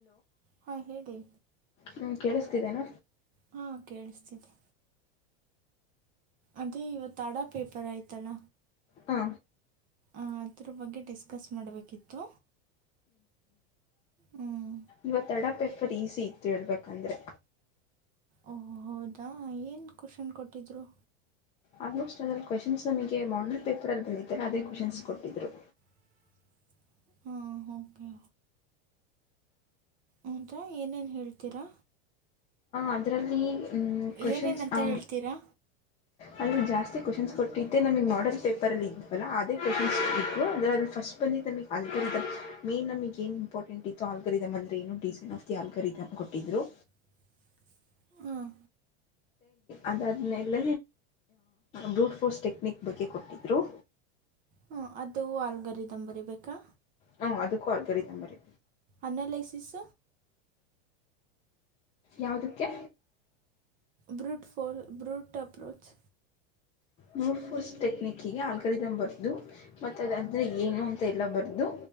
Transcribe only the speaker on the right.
ಹಾ ಹೇಳಿ
ಹಾ ಕೇೇಳಿಸ್ತಿದೆ ಅದೇ ಇವತ್ತು ಅಾಡಾ ಪೇಪರ್ ಆಯ್ತಲ್ಲ
ಅದರ ಬಗ್ಗೆ ಡಿಸ್ಕಸ್ ಮಾಡಬೇಕಿತ್ತು ಹ್ಮ್
ಓ ಹೌದಾ ಏನ್ ಕುಖಷನ್ ಕೊಟ್ಟಿದ್ರು
<inaudible> ಹಾ ಓಕೆ ಹದಾ ಏನೇನ್ ಹೇಳ್ತೀರಾ
ಏನೇನಂತ ಹೇಳ್ತೀರಾ
<inaudible> ಹಾಂ
ಹಾ ಅದು ಆಲ್ಗರಿ ದಂಬರಿ ಬೇಕಾ
ಅನಾಲೈಸಿಸ್
ಬ್ರೂಟ್ಫೋಲ್ ಬ್ರೂಟ್ ಅಪ್ರೋಚ್